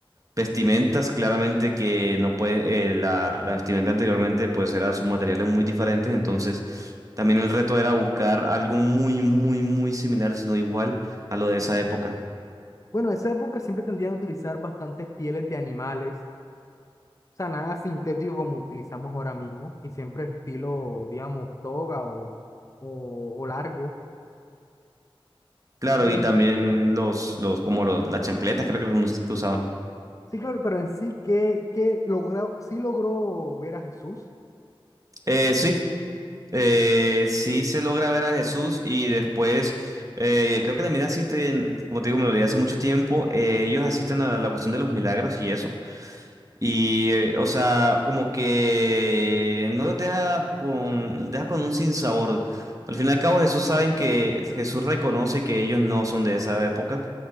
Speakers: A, on the right; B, on the left.
A: Vestimentas, claramente que no puede, eh, la, la vestimenta anteriormente pues era sus materiales muy diferentes, entonces también el reto era buscar algo muy, muy, muy similar, si no igual a lo de esa época.
B: Bueno, en esa época siempre tendrían a utilizar bastantes pieles de animales, o sea, nada sintético como utilizamos ahora mismo, y siempre estilo, digamos, toga o, o, o largo.
A: Claro,
B: Pero
A: y
B: en,
A: también los, los, como los, las chancletas creo que, algunos que usaban.
B: sí, claro, pero en sí, ¿qué, qué logró, sí logró ver a Jesús?
A: Eh, sí, eh, sí se logra ver a Jesús y después eh, creo que también asisten, como te digo, me lo leí hace mucho tiempo, eh, ellos asisten a la cuestión de los milagros y eso. Y, eh, o sea, como que no los deja con, los deja con un sinsabor. Al fin y al cabo, Jesús saben que Jesús reconoce que ellos no son de esa época,